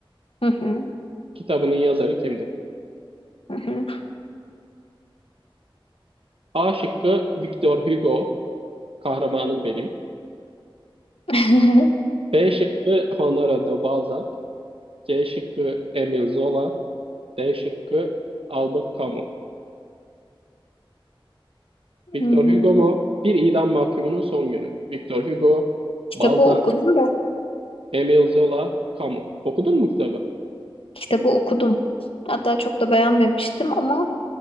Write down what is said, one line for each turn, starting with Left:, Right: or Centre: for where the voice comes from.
Left: Hı hı,
Right: Kitabının yazarı kimdi?
Left: hı hı.
Right: A şıkkı Victor Hugo, kahramanım benim.
Left: <laughs>
Right: B şıkkı Honoré de Balzac. C şıkkı Emile Zola. D şıkkı Albert Camus.
Left: Hmm,
Right: Victor Hugo mu? Bir idam mahkumunun son günü. Victor Hugo,
Left: Kitabı
Right: Balzac,
Left: okudum da
Right: Emile Zola, Camus. Okudun mu kitabı?
Left: kitabı okudum. Hatta çok da beğenmemiştim ama